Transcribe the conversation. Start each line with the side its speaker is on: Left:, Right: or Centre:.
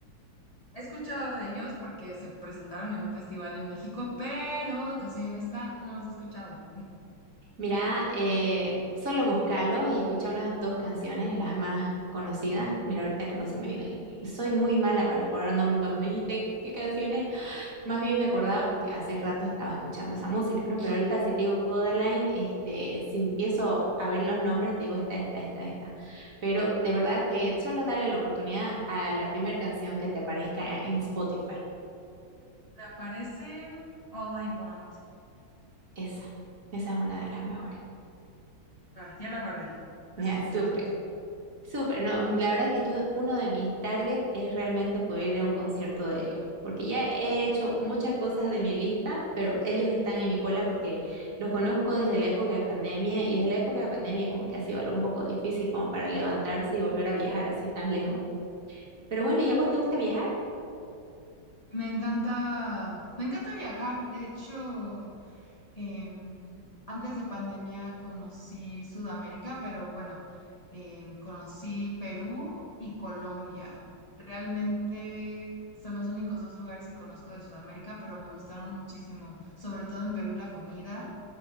Left: he escuchado de ellos porque se presentaron en un festival en México, pero te soy honesta, no los he escuchado.
Right: Mira, eh, solo búscalo y escucha unas dos canciones, las más conocidas. Mira, ahorita que no se me vienen, soy muy mala para recordar nombres cuando me dijiste qué canciones Más bien me acordaba porque hace rato estaba escuchando esa música, ¿no? Pero ahorita si te digo Codaline, este, si empiezo a ver los nombres, te digo esta, esta, esta, esta. Pero de verdad que solo dale la oportunidad a la primera canción que te aparezca en Spotify.
Left: Me aparece All I Want.
Right: Esa, esa es una de las mejores.
Left: Va, ya la guardé. La
Right: Ya,
Left: escucho
Right: súper.
Left: al ratito.
Right: Súper, no, la verdad que yo, uno de mis targets es realmente poder ir a un concierto de ellos, porque ya he hecho muchas cosas de mi lista, pero ellos están en mi cola porque los conozco desde la época de pandemia y desde la época de pandemia como que ha sido algo un poco difícil como para levantarse y volver a viajar así tan lejos. Pero bueno, ¿y a vos te gusta viajar?
Left: Me encanta, me encanta viajar. De hecho, em, antes de pandemia conocí Sudamérica, pero bueno, em, conocí Perú y Colombia. Realmente son los únicos dos lugares que conozco de Sudamérica, pero me gustaron muchísimo, sobre todo en Perú la comida.